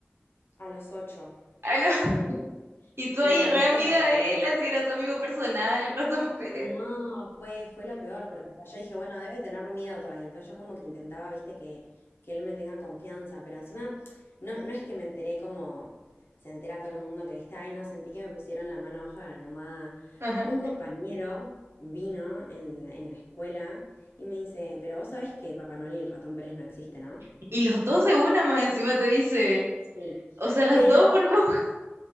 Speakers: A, on the left; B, on the right.
A: a los ocho,
B: Aló. <laughs>
A: porque me lo, di-
B: Y tú
A: me
B: ahí
A: lo
B: re
A: dijo...
B: amiga de él, así era tu amigo personal, el ratón Pérez.
A: No, fue, fue lo peor, porque o sea, yo dije, bueno, debe tener miedo todavía. Entonces yo como que intentaba, viste, que, que él me tenga confianza, pero encima no, no es que me enteré como se entera todo el mundo que, viste, ay, no, sentí que me pusieron la mano abajo de la almohada.
B: Ajá.
A: Un compañero vino en, en la escuela y me dice, pero vos sabés que Papá Noel y el ratón Pérez no existe, ¿no?
B: Y los dos de una más encima te dice.
A: Sí.
B: O sea, las
A: Pero
B: dos por poco. <laughs>